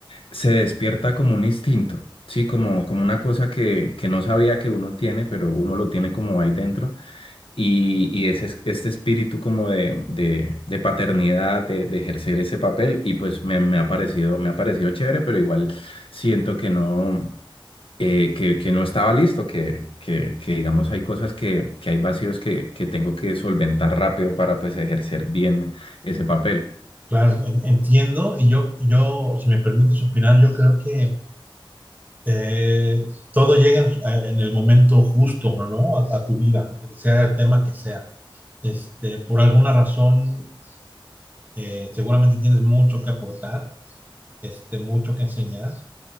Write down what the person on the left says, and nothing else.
se despierta como un instinto, sí, como, como una cosa que, que no sabía que uno tiene, pero uno lo tiene como ahí dentro. Y, y ese, es- este espíritu como de, de- de paternidad, de, de ejercer ese papel, y pues me, me ha parecido, me ha parecido chévere, pero igual siento que no, eh, que, que no estaba listo, que, que, que, digamos hay cosas que, que hay vacíos que, que tengo que solventar rápido para pues ejercer bien ese papel.